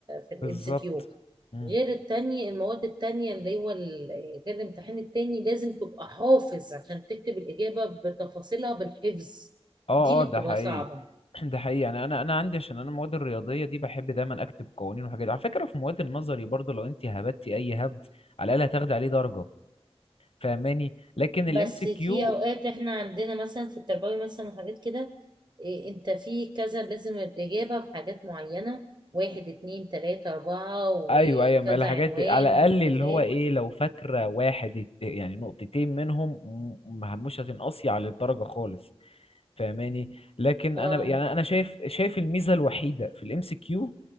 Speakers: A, on the right; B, on the left.
A: في الام
B: بالظبط
A: سي كيو
B: مم.
A: غير التانية المواد التانية اللي هو ال- غير الامتحان التاني لازم تبقى حافظ عشان تكتب الإجابة بتفاصيلها بالحفظ
B: اه
A: دي اللي
B: اه ده
A: بتبقى
B: حقيقي
A: صعبة
B: <clears throat> ده حقيقي يعني انا انا عندي عشان انا المواد الرياضيه دي بحب دايما اكتب قوانين وحاجات على فكره في مواد النظري برضو لو انت هبتي اي هبد على الاقل هتاخدي عليه درجه فاهماني لكن الام
A: بس
B: سي كيو
A: في اوقات احنا عندنا مثلا في التربوي مثلا وحاجات كده إيه انت في كذا لازم الاجابه بحاجات معينه واحد اتنين تلاته اربعه وكذا
B: ايوه ايوه ما الحاجات
A: عنوان
B: على الاقل اللي
A: انت فاهم
B: هو ايه لو فاكره واحد ات- يعني نقطتين منهم م- م- مش هتنقصي على الدرجه خالص فاهماني لكن
A: اه
B: انا ب- يعني انا شايف شايف الميزه الوحيده في الام سي كيو